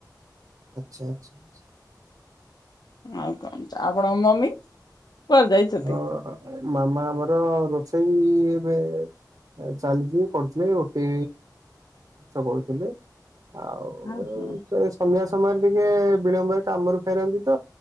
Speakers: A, on the right (about 60°); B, on the left (about 70°).
A: ଆଚ୍ଛା -ଆଚ୍ଛା- ଆଛା।
B: ଆଉ କଣ୍ ଆପଣଙ୍କ ମମି? କୁଆଡେ ଯାଇଛନ୍ତି?
A: ଅ- ମାମା ଆମର ରୋଷେଇ ଏବେ ଚାଲିଚି କରୁଥିଲେ ରୋଟି ଚକଡୁ ଥିଲେ। ଆଉ
B: ହଁ ହଁ।
A: ସେସ୍ ସନ୍ଧ୍ୟା ସମୟରେ ଟିକେ ବିଳମ୍ବରେ କାମରୁ ଫେରନ୍ତି ତ